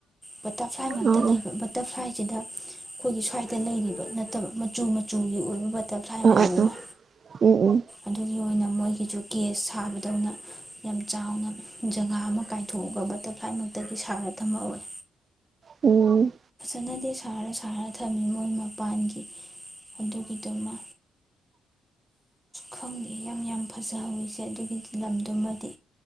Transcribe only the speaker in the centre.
ꯕꯇꯔꯐ꯭ꯂꯥꯏ ꯃꯛꯇ
ꯂꯩꯕ ꯕꯇꯔꯐ꯭ꯂꯥꯏ ꯁꯤꯗ ꯑꯩꯈꯣꯏꯒꯤ ꯁ꯭ꯋꯥꯏꯗ ꯂꯩꯔꯤꯕ ꯅꯠꯇꯕ ꯃꯆꯨ ꯃꯆꯨꯒꯤ ꯑꯣꯏꯕ ꯕꯇꯔꯐ꯭ꯂꯥꯏ
ꯃꯌꯥꯝ
ꯑꯃ
ꯑꯗꯨꯒꯤ ꯑꯣꯏꯅ ꯃꯣꯏꯒꯤꯁꯨ ꯒꯦꯁ ꯁꯥꯕꯗꯧꯅ ꯌꯥꯝ ꯆꯥꯎꯅ ꯖꯒꯥ ꯑꯃ ꯀꯥꯏꯊꯣꯛꯑꯒ ꯕꯇꯔꯐ꯭ꯂꯥꯏꯃꯛꯇꯒꯤ ꯁꯥꯔ ꯊꯝꯃꯛ ꯑꯣꯏꯦ
ꯍꯥꯟꯅꯗꯤ ꯁꯥꯔ ꯁꯥꯔ ꯊꯝꯃꯤ ꯃꯣꯏ ꯃꯄꯥꯟꯒꯤ ꯑꯗꯨꯒꯤꯗꯨꯃ ꯈꯪꯗꯦ ꯌꯥꯝ ꯌꯥꯝ ꯐꯖꯍꯧꯋꯁꯦ ꯑꯗꯨꯒꯤ ꯂꯝꯗꯨꯃꯗꯤ